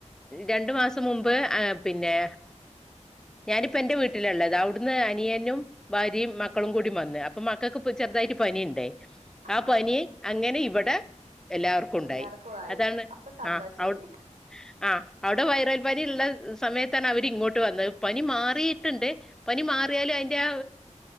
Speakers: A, in the centre; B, on the right.
A: രണ്ടു മാസം മുമ്പ് ആഹ് പിന്നെ ഞാനിപ്പ എന്റെ വീട്ടിലാള്ളത് അവിടുന്ന് അനിയനും ഭാര്യയും മക്കളും കൂടി വന്ന് അപ്പൊ മക്കൾക്ക് ചെറുതായിട്ട് പനി ഇണ്ടേ
B: ആ
A: ആഹ് പനി
B: ആ
A: അങ്ങനെ ഇവടെ എല്ലാവർക്കും ഉണ്ടായി
B: എല്ലാർക്കും ആയി
A: അതാണ്
B: അപ്പൊ സന്തോഷായി
A: ആഹ് ആഹ് അവിടെ വൈറൽ പനി ഉള്ള സമയത്താണ് അവരി ഇങ്ങോട്ട് വന്നത് പനി മാറിയിട്ടുണ്ട് പനി മാറിയാലും അയിന്റെ ആ